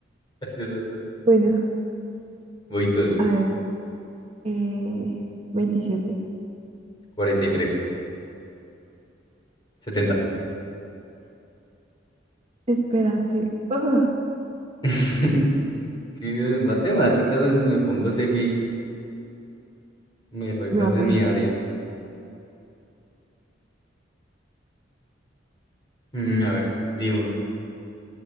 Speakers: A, on the left; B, on the right.
A: hace rato.
B: Bueno,
A: Voy dos
B: a ver, eh, 27.
A: cuarenta y tres setenta
B: Espérate. ugh,
A: <laughs> ¿Qué? Matemáticas me, me pongo serio y me retas
B: me va a
A: en
B: poner.
A: mi área. Mm, a ver, di uno.